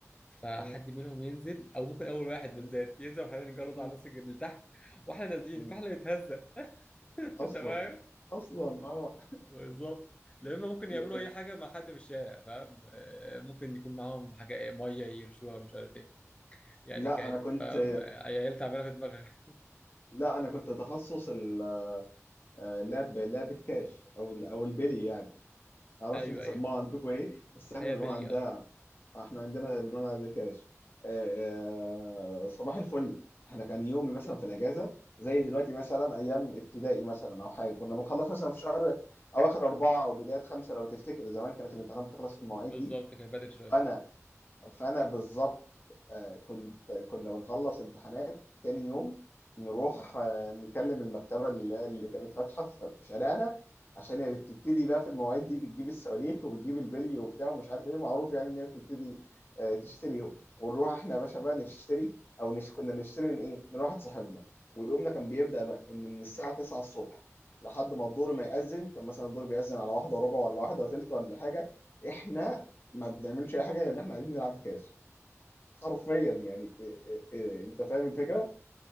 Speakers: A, on the left; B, on the left.
A: فحد
B: م-
A: منهم ينزل او ممكن اول واحد
B: م-
A: بالذات ينزل وحنا نجرز
B: م-
A: على الناس اللي تحت واحنا نازلين
B: م-
A: فاحنا نتهزق <laughs>
B: اصلا
A: انت فاهم
B: اصلا اه
A: بالظبط لا اما ممكن
B: يعني-
A: يعملوا اي حاجه مع حد في الشارع فاهم آه، ممكن يكون معاهم حاجه إيه، ميه يرشوها مش عارف ايه يعني
B: لا
A: كانت
B: انا كنت
A: فاهم آه، عيال تعبانه في دماغها
B: لا انا كنت تخصص ال- آه، لعب لعبه كاش او ال- او البلي يعني معرفش
A: <laughs> ايوه
B: بتسموها
A: ايوه
B: عندكم ايه بس احنا
A: هي
B: بنقول
A: بلي
B: عندها
A: اه
B: احنا عندنا بنقول عندها كاش آه، آه، صباح الفل احنا كان يومي مثلا في الاجازه زي دلوقتي مثلا ايام ابتدائي مثلا او حاجه كنا بنخلص مثلا في شهر اواخر اربعه او بدايه خمسه لو تفتكر زمان كانت الامتحانات بتخلص في المواعيد
A: بالظبط
B: دي
A: كانت بدري شويه
B: فانا فانا بالظبط آه، كنت كنا بنخلص امتحانات تاني يوم نروح آه، نكلم المكتبة اللي اللي كانت فاتحة في في شارعنا عشان هي بتبتدي بقى في المواعيد دي بتجيب الصواريخ وبتجيب البلي وبتاع ومش عارف ايه معروف يعني ان هي بتبتدي آه، تشتريهم ونروح احنا يا باشا بقى نشتري او نش... كنا نشتري من ايه؟ من واحد صاحبنا ويومنا كان بيبدأ بقى ان من الساعة 9 الصبح لحد ما الدور ما يأذن كان مثلا الدور بيأذن على واحدة وربع ولا واحدة وتلت ولا حاجة احنا ما بنعملش اي حاجه غير ان احنا قاعدين نلعب كاس حرفيا يعني إيه إيه إيه انت فاهم الفكره